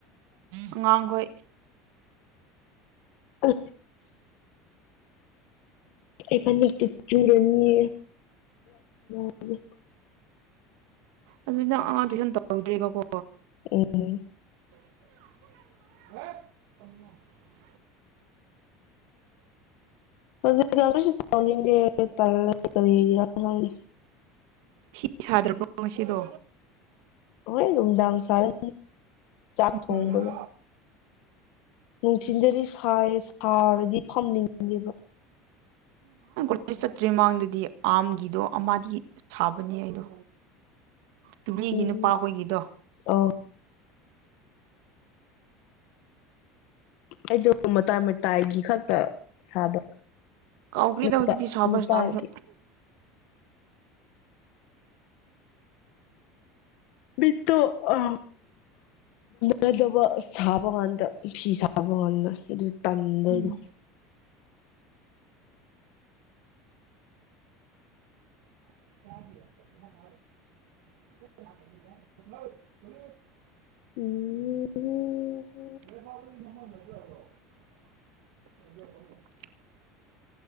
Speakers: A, on the right; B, on the left.
A: ꯑꯉꯥꯡꯈꯣꯏ
B: ꯑꯥ ꯑꯦ ꯐ ꯆꯨꯨꯔꯅꯤ <unintelligible>
A: ꯑꯗꯨ ꯅꯪ ꯑ ꯇꯨꯏꯁꯟ ꯇꯧꯍꯧꯗ꯭ꯔ‌ꯦꯕꯀꯣ
B: ꯑꯦꯔ‌‌
A: <unintelligible>
B: ꯍꯧꯖꯤꯛ ꯇꯨꯁꯟ ꯇꯧꯅꯤꯡꯗ‌ꯦ ꯀꯔꯤꯒꯤꯔꯥ ꯈꯪꯗ‌ꯦ
A: ꯐꯤ ꯁꯥꯗ꯭ꯔꯕ꯭ꯔꯣ ꯉꯁꯤꯗꯣ
B: ꯍꯣꯔꯦꯟ ꯅꯨꯡꯗꯥꯡ ꯁꯥꯔꯅꯤ ꯆꯥꯛ ꯊꯣꯡꯕꯒ
A: ꯎꯝ
B: ꯅꯨꯡꯊꯤꯟꯖꯔꯤ ꯁꯥꯏ ꯁꯥꯔꯗꯤ ꯐꯝꯅꯤꯡꯗꯦꯕ
A: ꯅꯣꯏ ꯆꯠꯇ꯭ꯔꯤꯩ ꯃꯃꯥꯡꯗꯗꯤ ꯑꯥꯝꯒꯤꯗꯣ ꯑꯃꯗꯤꯗꯤ ꯁꯥꯕꯅꯦ ꯑꯩꯗꯣ ꯅꯨꯕꯤꯒꯤ
B: ꯎꯝ
A: ꯅꯨꯄꯥꯍꯣꯏꯒꯤꯗꯣ
B: ꯑ ꯑꯩꯗ‌ꯣ <unintelligible> ꯇꯥꯏꯒꯤ ꯈꯛꯇ ꯁꯥꯕ
A: ꯀꯥꯎꯈ꯭ꯔꯦꯗ
B: ꯅꯨꯄꯥ
A: ꯍꯧꯖꯤꯛꯇꯤ ꯁꯥꯕ
B: ꯅꯨꯄꯥꯒꯤ
A: ꯁ꯭ꯇꯥꯏꯜꯁꯨ
B: ꯃꯤꯠꯇꯣ ꯑ ꯃꯗꯕ ꯁꯥꯕꯒꯥꯟꯗꯥ ꯐꯤ ꯁꯥꯕ ꯉꯗ ꯑꯗꯨ ꯇꯟꯕꯗꯣ
A: ꯎꯝ <unintelligible>
B: <unintelligible>
A: <unintelligible>